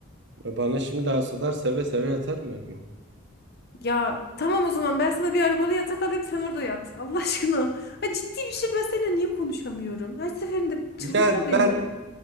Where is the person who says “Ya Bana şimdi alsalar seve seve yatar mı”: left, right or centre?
Right